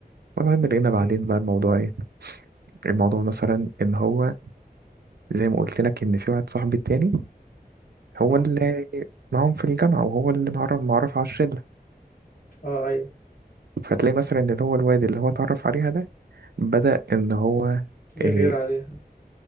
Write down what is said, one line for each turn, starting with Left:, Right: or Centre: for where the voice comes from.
Right: المهم لقينا بعدين
Left: امم
Right: بقى الموضوع ايه الموضوع مثلا ان هو زي ما قلت لك ان في واحد صاحبي التاني هو
Left: اه
Right: اللي معاهم في الجامعة وهو اللي معرف معرف على الشلة
Left: اه ايوه
Right: فتلاقي مثلا ان هو الواد اللي هو اتعرف عليها ده بدأ ان هو
Left: يغير
Right: آه،
Left: عليها